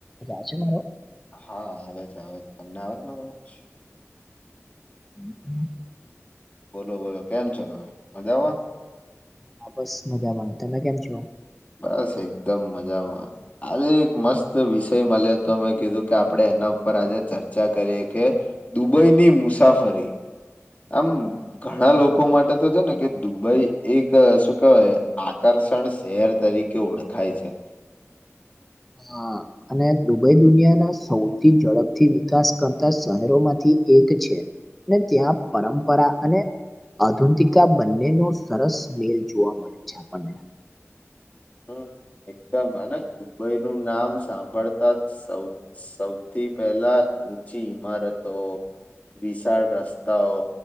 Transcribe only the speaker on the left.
હા આવે છે આવે છે તમને આવે છે મારો આવાજ
બોલો બોલો કેમ છો તમે મજામાં.
બસ એકદમ મજામાં આ એક મસ્ત વિષય મળ્યો તો મેં કીધું કે આપડે એના ઉપર આજે ચર્ચા કરીએ કે દુબઈની મુસાફરી આમ ઘણા લોકો માટે તો છે ને કે દુબઈ એક શું કેવાય આકાર ષણ શહેર તરીકે ઓળખાય છે.
હમ્મ. એકદમ અને દુબઈ નું નામ સાંભળતા સૌ સૌથી પહેલા ઊંચી ઇમારતો વિશાળ રસ્તાઓ